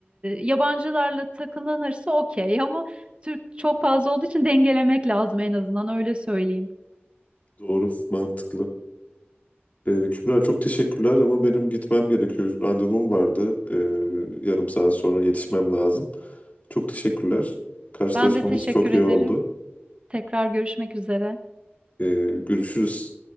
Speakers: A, on the right; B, on the left.
A: yabancılarla takılanırsa okey ama Türk çok fazla olduğu için dengelemek lazım en azından öyle söyleyeyim.
B: Doğru. Mantıklı. Ee, Kübra çok teşekkürler ama benim gitmem gerekiyor. Randevum vardı. Ee, yarım saat sonra yetişmem lazım. Çok teşekkürler. Karşılaşmamız
A: Ben de teşekkür
B: çok
A: ederim.
B: iyi oldu.
A: Tekrar görüşmek üzere.
B: Ee, görüşürüz.